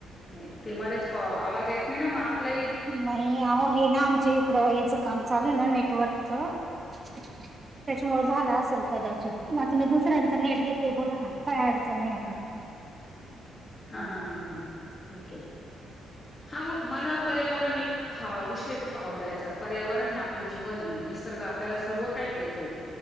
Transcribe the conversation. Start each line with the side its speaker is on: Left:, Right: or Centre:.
Left: नाही ते मध्येच आवाज येत नाही ना मग आपलाही
Right: नाही अहो हे ना आमच्या इकडं याच काम चालू आहे ना नेटवर्कच
Left: <inaudible>
Right: त्याच्यामुळे झाला असेल कदाचित आता मी दुसऱ्यांचा नेट घेते बोला ना काय अडचण नाही आता.
Left: हा हा हा हा ह ठीक आहे हा मग मला पर्यावरण एक हा विषय खूप आवडायचा पर्यावरण हे आपलं जीवन आहे निसर्ग आपल्याला सर्व काही देतो.